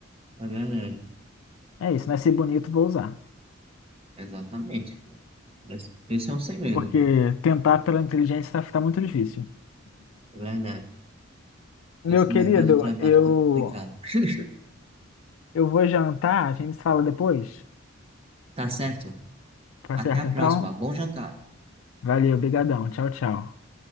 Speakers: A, on the right; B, on the left.
A: É verdade.
B: É isso, nasci bonito, vou usar.
A: Exatamente. Esse, esse é um segredo.
B: Porque tentar pela inteligência tá, tá muito difícil.
A: É verdade.
B: Meu
A: Esse
B: querido,
A: mercado de trabalho
B: eu,
A: tá complicado. <laughs>
B: eu vou jantar, a gente se fala depois.
A: Tá certo?
B: Tá
A: Até
B: certo,
A: a próxima.
B: então?
A: Bom jantar.
B: Valeu, brigadão. Tchau, tchau.